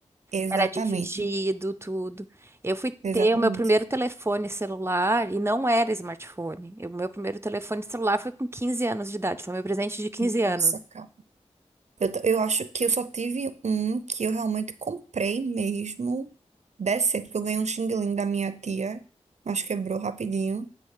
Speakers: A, on the right; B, on the right.
A: Exatamente,
B: era dividido, tudo. Eu fui
A: exatamente.
B: ter o meu primeiro telefone celular e não era smartphone. O meu primeiro telefone celular foi com 15 anos de idade, foi meu presente de 15
A: Nossa,
B: anos.
A: cara. Eu, t- eu acho que eu só tive um que eu realmente comprei mesmo. Decente, porque eu ganhei um xing-ling da minha tia, mas quebrou rapidinho.